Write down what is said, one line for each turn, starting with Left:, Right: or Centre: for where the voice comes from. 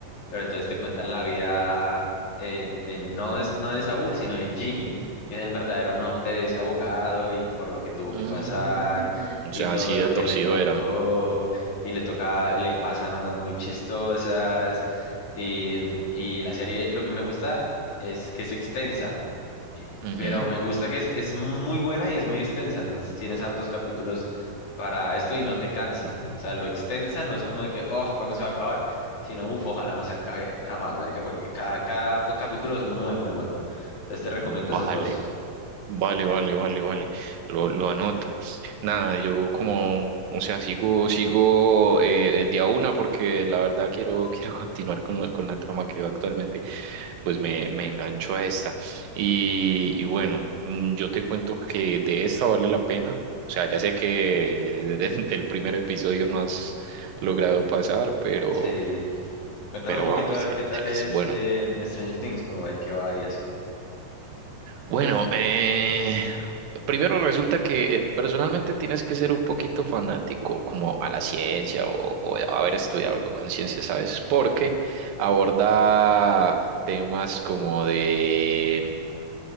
Left: pero entonces te cuentan la vida eh, de no, de- no de Saúl, sino de Jimmy, que es el verdadero nombre de ese abogado y por lo que tuvo
Right: Mm,
Left: que pasar
Right: o
Left: y
Right: sea,
Left: todo
Right: así
Left: lo
Right: de torcido
Left: que le tocó
Right: era.
Left: y le toca, le pasan unas muy chistosas y, y la serie, lo que me gusta es que es extensa. Eh,
Right: Ujú.
Left: Pero me gusta que es, es muy buena y es muy extensa, entonces tienes hartos capítulos para esto y no te cansa. O sea, lo extensa no es como de que, oh, ¿cuándo se va a acabar? Sino, uff, ojalá no se acabe jamás, marica, porque cada, cada p- capítulo es muy, muy bueno. Entonces te recomiendo
Right: Vale,
Left: esas dos.
Right: vale, vale, vale, vale. Lo, lo anoto. Nada, yo como, o sea, sigo, sigo eh, de a una porque la verdad quiero, <laughs> quiero continuar con, la- con la trama que actualmente. Pues me, me engancho a esta. Y, y bueno, mm, yo te cuento que de esta vale la pena. O sea, ya sé que de- <laughs> del primer episodio no has logrado pasar, pero,
Left: Sí, cuéntame
Right: pero
Left: un poquito
Right: vamos,
Left: a ver
Right: de,
Left: qué tal
Right: de que
Left: es
Right: es bueno.
Left: eh, Stranger Things, como de qué va y así.
Right: Bueno, eh, primero resulta que eh, personalmente tienes que ser un poquito fanático como a la ciencia o, o haber estudiado algo con ciencia, ¿sabes? Porque aborda temas como de